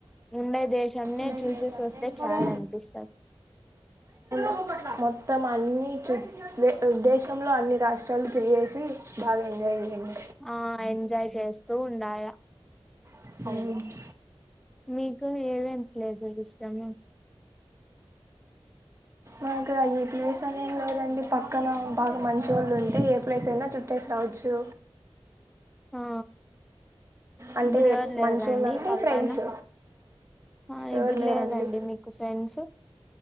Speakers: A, in the centre; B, on the right.
A: ఉండే దేశంనే
B: ఉమ్ అట్లెమ్ అనిపియదు
A: చూసేసి వస్తే చాలు అనిపిస్తది
B: అవును మొత్తం అన్ని చే దేశంలో అన్ని రాష్ట్రాలు తిరిగేసి బాగా ఎంజాయ్ జేయండి
A: ఆ ఎంజాయ్ చేస్తూ ఉండాల
B: చేయండి
A: మీ మీకు ఏవేమి ప్లేసెస్ ఇష్టము
B: నాకు ఈ ప్లేస్ అనేం లేదండి పక్కన బాగా మంచోళ్ళు ఉంటే ఏ ప్లేస్ అయినా చుట్టేసి రావచ్చు.
A: ఆ
B: అంటే
A: ఇప్పుడు ఎవరు లేరండి
B: మంచోళ్ళు అంటే
A: పక్కన
B: ఫ్రెండ్స్
A: ఆ
B: ఎవరు
A: ఇప్పుడు
B: లేరండి
A: మీకు ఫ్రెండ్స్